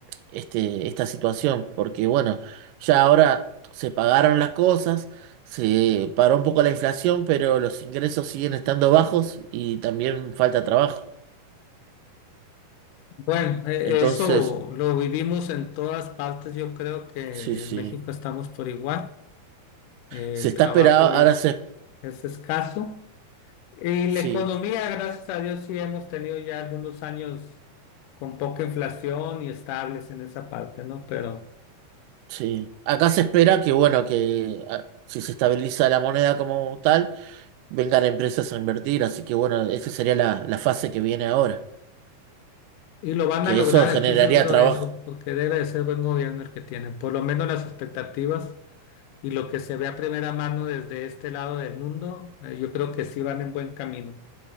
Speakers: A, on the right; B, on the left.
A: este, esta situación, porque bueno, ya ahora se pagaron las cosas, se paró un poco la inflación, pero los ingresos siguen estando bajos y también falta trabajo.
B: Bueno, eh,
A: Entonces,
B: eso lo vivimos en todas partes. Yo creo que
A: sí, sí,
B: en México estamos por igual. El
A: se está
B: trabajo
A: esperado, ahora
B: es,
A: se...
B: es escaso. Y
A: sí.
B: la economía, gracias a Dios, sí hemos tenido ya algunos años con poca inflación y estables en esa parte, ¿no? Pero
A: Sí, acá se espera que, bueno, que a- si se estabiliza la moneda como tal, vengan empresas a invertir, así que, bueno, esa sería la, la fase que viene ahora,
B: Y lo van
A: que
B: a lograr,
A: eso generaría
B: estoy seguro
A: trabajo.
B: de eso, porque debe de ser buen gobierno el que tienen, por lo menos las expectativas y lo que se ve a primera mano desde este lado del mundo, eh, yo creo que sí van en buen camino.